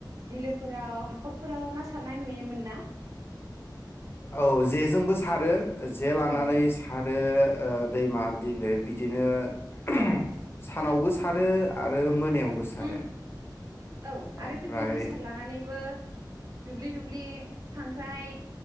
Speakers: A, on the right; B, on the left.
A: बिलोफो राव हाखरफोराव ना सारनाय नुयोमोन ना?
B: औ जेजोंबो सारो जे लानानै
A: औ
B: सारो ओ दैमा बिलो बिदिनो <unintelligible> सानावबो सारो आरो मोनायावबो सारो
A: उम औ
B: ओमफ्राय
A: आरो गोदो हेसाख लानानैबो दुब्लि दु ब्लि खांख्राइ